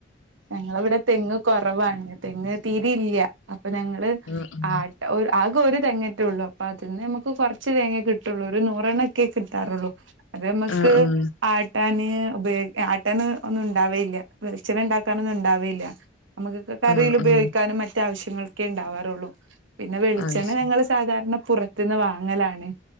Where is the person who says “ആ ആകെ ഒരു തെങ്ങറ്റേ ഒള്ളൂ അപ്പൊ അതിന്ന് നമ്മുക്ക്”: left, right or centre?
Right